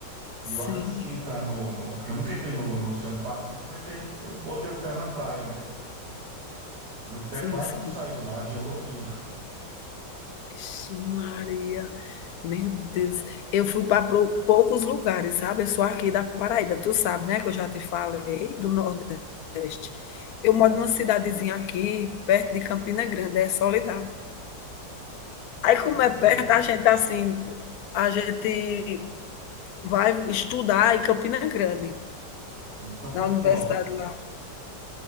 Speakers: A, on the right (about 60°); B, on the left (about 70°).
A: E
B: Sim,
A: eu arrisquei entrar no, no que eu nunca entrei no, no Oceano Pacífico, eu, entrei- eu botei o pé na praia, né? Meu pé
B: sim,
A: quase
B: sim.
A: não sai de lá, gelou tudo.
B: Vixe Maria, meu Deus. Eu fui para poucos lugares, sabe? Eu sou aqui da Paraíba, tu sabe, né, que eu já te falei, do Nordeste. Eu moro numa cidadezinha aqui, perto de Campina Grande, é Soledade.
A: Beleza.
B: Aí como é perto, a gente, assim, a gente vai estudar em Campina Grande,
A: Sim, são quantos
B: na universidade
A: quilômetros?
B: lá.